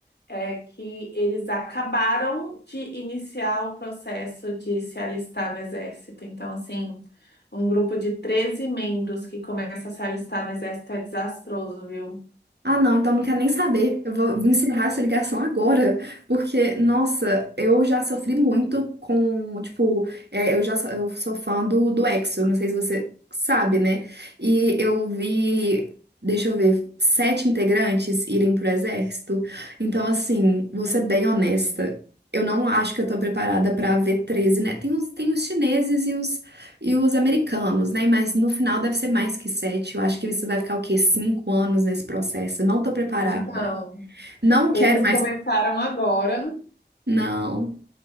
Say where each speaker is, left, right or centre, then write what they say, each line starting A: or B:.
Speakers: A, on the left (about 65°); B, on the right (about 65°).
A: é que eles acabaram de iniciar o processo de se alistar no exército. Então, assim, um grupo de 13 membros que começa a se alistar no exército é desastroso, viu?
B: Ah, não, então não quero nem saber. Eu vou encerrar essa ligação agora, porque, nossa, eu já sofri muito com, tipo, é, eu já sou, eu sou fã do, do EXO, não sei se você sabe, né? E eu vi, deixa eu ver, sete integrantes irem pro exército. Então, assim, vou ser bem honesta. Eu não acho que eu tô preparada pra ver 13, né? Tem os, tem os chineses e os e os americanos, né? Mas no final deve ser mais que sete. Eu acho que isso vai ficar o quê? Cinco anos nesse processo. Eu não tô preparada.
A: Então,
B: Não
A: eles
B: quero mais.
A: começaram agora.
B: Não.